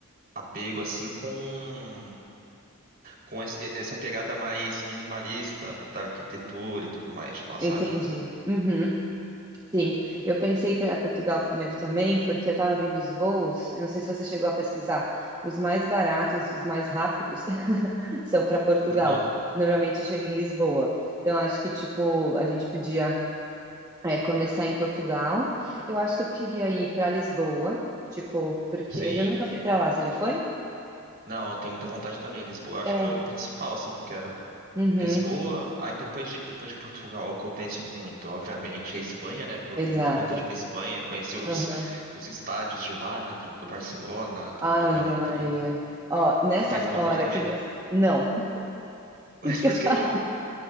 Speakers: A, on the right (about 45°); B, on the right (about 15°).
A: apego, assim, com, com esse- essa pegada mais minimalista da arquitetura e tudo mais de lá, sabe?
B: entendi. Uhum. Sim, eu pensei para Portugal primeiro também, porque eu estava vendo os voos. Eu não sei se você chegou a pesquisar. Os mais baratos e os mais rápidos <laughs> são para Portugal.
A: <laughs> Não.
B: Normalmente chega em Lisboa. Então acho que tipo a gente podia é, começar em Portugal. Eu acho que eu queria ir para Lisboa, tipo porque
A: Sim.
B: eu nunca fui para lá. Você já foi?
A: Não, eu tenho muita vontade também. Lisboa, eu acho
B: É.
A: que é o principal, assim, que eu quero.
B: Uhum.
A: Lisboa, aí depois de, depois de Portugal, o que eu penso muito, obviamente, é a Espanha, né? Pô,
B: Exato.
A: tenho muita vontade de ir pra Espanha, conhecer os,
B: Uhum.
A: os estádios de lá, né? Do, do Barcelona, do,
B: Ave
A: do Real Madrid.
B: Maria. Ó, nessa
A: Você tem essa vontade
B: hora
A: também?
B: que você... Não, <laughs>
A: <laughs> Mas
B: isso
A: por
B: que eu te
A: que
B: falo.
A: não?